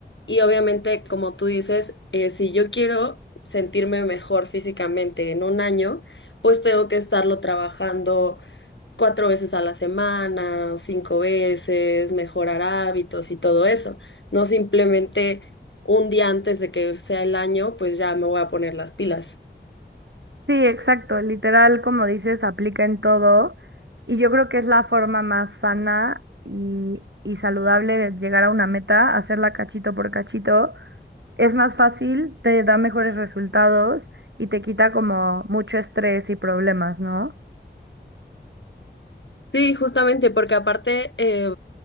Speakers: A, on the left; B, on the right.
A: Y obviamente, como tú dices, eh, si yo quiero sentirme mejor físicamente en un año, pues tengo que estarlo trabajando cuatro veces a la semana, cinco veces, mejorar hábitos y todo eso. No simplemente un día antes de que sea el año, pues ya me voy a poner las pilas.
B: Sí, exacto. Literal, como dices, aplica en todo. Y yo creo que es la forma más sana y, y saludable de llegar a una meta, hacerla cachito por cachito. Es más fácil, te da mejores resultados y te quita como mucho estrés y problemas, ¿no?
A: Sí, justamente, porque aparte eh,